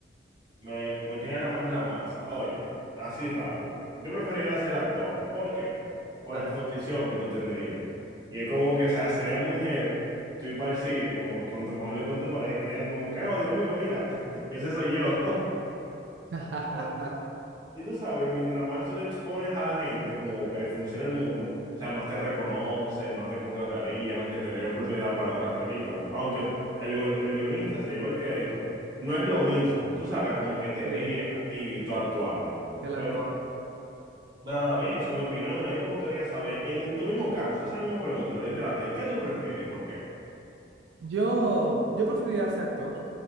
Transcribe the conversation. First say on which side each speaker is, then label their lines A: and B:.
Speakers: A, on the right (about 20°); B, on the right (about 75°).
A: Me, me tiene la mano en la masa. Oye, así rápido. Yo preferiría ser actor. ¿Por qué? Por
B: Ah.
A: la exposición que tú tendrías. Y es como que, o sea, sería muy heavy tú ir para el cine como, con tu familia y con tu pareja y que digan como que, oh, Dios mío, mira, <laughs> ese soy yo.
B: <laughs>
A: <laughs> Y tú sabes, mientras más tú te expones a la gente, como eh, funciona el mundo, o sea, más te reconocen, más te contratarían, se te daría oportunidad para otras películas. Aunque t- el, gu- el guionista se lleva el crédito, no es lo mismo. Tú sabes, como que te
B: Sí,
A: vean a ti y tú actuando.
B: el
A: Pero,
B: actor.
A: pero ahora bien, esa es mi opinión. A mí me gustaría saber, en tu mismo caso, esa misma pregunta, literal, a ti, ¿qué tú prefieres y por qué?
B: Yo, yo preferiría ser actor,